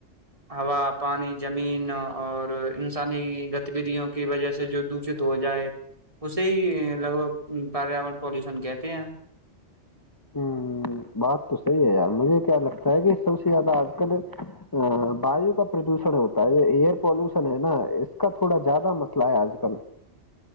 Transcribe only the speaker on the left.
ہ بات تو صحیح ہے یار مجھے کیا لگتا ہے کہ سب سے زیادہ آج کل ا ویو کا پردوشن ہوتا ہے یہ ایئر پالوشن ہے نا اس کا تھوڑا زیادہ مسئلہ ہے آج کل